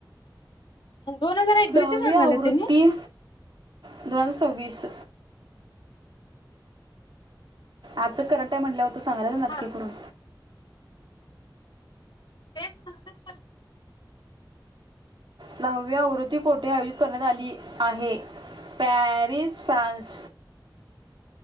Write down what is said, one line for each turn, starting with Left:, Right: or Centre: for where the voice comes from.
Left: दोन हजार एकवीस
Right: दहावी
Left: सांगाला
Right: आवृत्ती
Left: तनी
Right: दोन हजार सव्वीस आच करंटय म्हटलं होत तू सांगला ना नाटककी
Left: हा
Right: करून
Left: तेच म्हणस तर
Right: दहाव्या आवृत्ती कोठे आयोजित करण्यात आली आहे पॅरिस फ्रान्स